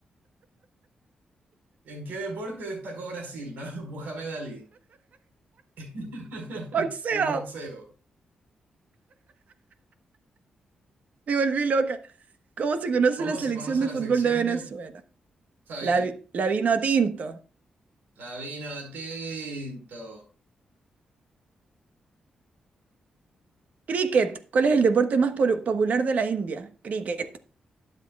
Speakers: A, on the right; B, on the right.
A: ¿En qué deporte destacó Brasil? ¿No? <laughs> Muhammad Ali. <laughs>
B: Boxeo.
A: El boxeo.
B: Me volví loca. ¿Cómo se conoce
A: ¿Cómo
B: la selección
A: se conoce
B: de
A: la
B: fútbol
A: sección
B: de Venezuela?
A: de... ¿Sabí?
B: La, vi- la vino tinto.
A: La vino tinto.
B: Cricket. ¿Cuál es el deporte más polu- popular de la India? Cricket.